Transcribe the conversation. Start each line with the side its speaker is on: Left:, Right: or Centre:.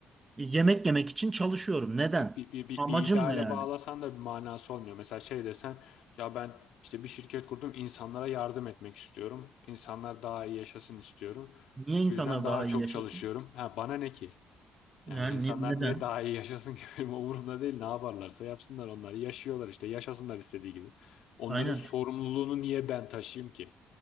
Right: Yemek yemek için çalışıyorum. Neden?
Left: Ya Bir, bir, bir,
Right: Amacım
Left: bir ideale
Right: ne yani?
Left: bağlasan da bir manası olmuyor. Mesela şey desen ya ben işte bir şirket kurdum insanlara yardım etmek istiyorum. İnsanlar daha iyi yaşasın istiyorum.
Right: Niye insanlar
Left: Bu yüzden daha
Right: daha
Left: çok
Right: iyi yaşasın?
Left: çalışıyorum. Ha, bana ne ki? Yani
Right: Yani
Left: insanlar
Right: ne- neden?
Left: niye daha iyi yaşasın ki <laughs> benim umurumda değil. Ne yaparlarsa yapsınlar onlar. Yaşıyorlar işte. Yaşasınlar istediği gibi. Onların
Right: Aynen.
Left: sorumluluğunu niye ben taşıyayım ki?